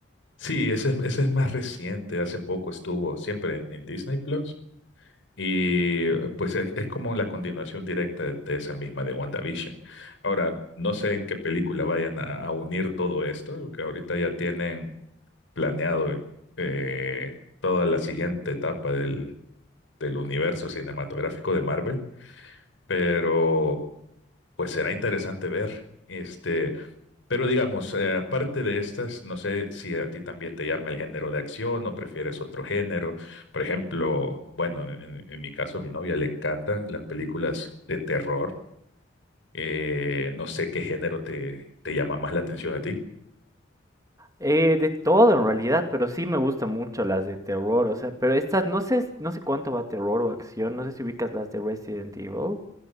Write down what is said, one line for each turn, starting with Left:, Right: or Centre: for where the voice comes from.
Left: Sí, ese es, ese es más reciente, hace poco estuvo siempre en, en Disney Plus y eh, pues es, es como la continuación directa de esa misma de WandaVision. Ahora, no sé en qué película vayan a, a unir todo esto, que ahorita ya tienen planeado eh, toda la siguiente etapa del, del universo cinematográfico de Marvel, pero pues será interesante ver. Este, pero digamos, eh, aparte de estas, no sé si a ti también te llama el género de acción o prefieres otro género. Por ejemplo, bueno, en, en mi caso, a mi novia le encantan las películas de terror. Eh, no sé qué género te, te llama más la atención a ti.
Right: Eh, de todo en realidad, pero sí me gustan mucho las de terror, o sea, pero estas no sé, no sé cuánto va terror o acción, no sé si ubicas las de Resident Evil.